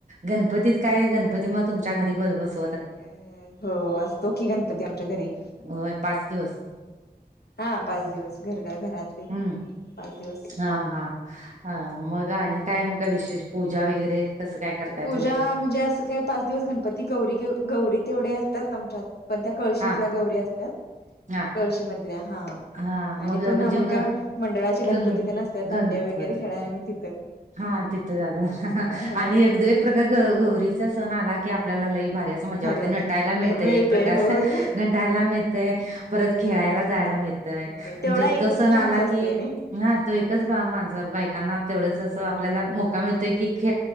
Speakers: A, on the right; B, on the left.
A: गणपतीत काय गणपती मग तुमच्या घरी बर बस
B: अ हो असतो की गणपती आमच्या घरी.
A: वय पाच दिव
B: हा पाच दिवस घर घरातही
A: हम्म
B: पाच दिवस.
A: हा हा मग आणि काय मग का विशेष पूजा वगैरे कसं काय, करताय
B: पूजा
A: तुम्ही
B: म्हणजे असं काय पाच दिवस गणपती गौरी गौरी तेवढे असतात आमच्यात. पण त्या कळशीतल्या
A: हा
B: गौरी असतात
A: हा
B: कळशी मधल्या हा.
A: हा
B: आणि पुन्हा
A: म्हणजे
B: मग
A: ग
B: काय मंडळाचे गणपती
A: गण
B: तेन असत्यात दांड्या
A: गणपती
B: वगैरे खेळायला आम्ही तिथं.
A: हा तिथं जाता
B: ह हा
A: आणि एक दो एक प्रकार गौरीचा सण आला की आपल्याला लई, भारी अस मजा वाटत्या
B: वाट
A: नटायला मिळतय
B: मिळते
A: एक प्रकार.
B: होय
A: नटायला मिळतय, परत खेळायला जायला मिळ तय
B: मिळते
A: म्हणजे
B: तेवढा एकच
A: तो सण
B: चान्स
A: आला
B: असतोय
A: की
B: नाही
A: हा तो एकच बा माणझ बायकांना तेवढच, आपल्या मोका मिळतोय की ख